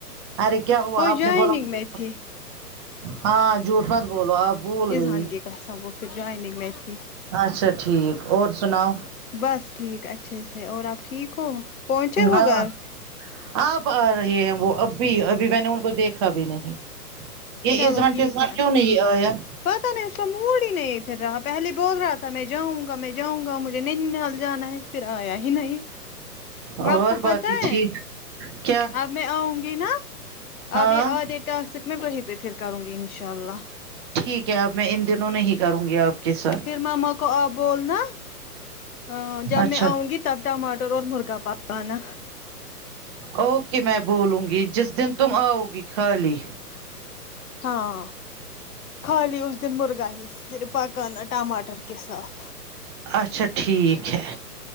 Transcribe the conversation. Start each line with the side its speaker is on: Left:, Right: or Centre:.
Right: ارے کیا ہوا
Left: کوئی
Right: آپ
Left: جاگی
Right: نے بولا
Left: نہیںگ
Right: مجھے
Left: میںھی
Right: ہاں جوٹ بات بولو آپ بھول
Left: اذہان
Right: گئی
Left: کےاس ہے وہ پھر جائننگ میںتھی
Right: اچھا ٹھیک اور سناؤ
Left: بس ٹھیک اچھے سے اور آپ ٹھیک ہو پہنچے ہو
Right: ہاں
Left: گھر
Right: آپ آ رہے ہیں وہ ابھی ابھی میں نے ان کو دیکھا بھی نہیں یہ
Left: چلو
Right: اذہان
Left: ٹھیک
Right: کے ساتھ
Left: ہے
Right: کیوں نہیں آیا
Left: پتا نہیں اس کا موڑ ہی نہیں پھر رہا پہلے بول رہا تھا میں جاؤنگا میں جاؤں گا مجھے نینال جانا ہے پھر آیا ہی نہیں
Right: اور
Left: آپ کو پتا
Right: باقی
Left: ہے
Right: ٹھیک کیا
Left: اب میں آؤں گی نا
Right: ہاں
Left: اب یہ آدے ٹاسک میں وہیں پہ پھر کروں گی انشاء اللہ
Right: ٹھیک ہے اب میں ان دنوں نہیں ہی کروں گی آپ کے ساتھ
Left: پھر ماما کو آپ بولنا ا جب
Right: اچھا
Left: میں آؤں گی تب ٹماٹر اور مرغا پکانا
Right: اوکے میں بولوں گی جس دن تم آؤ گی خالی
Left: ہاں خالی اس دن مرغا ہی پھر پکنا ٹماٹر کے ساتھ
Right: اچھا ٹھیک ہے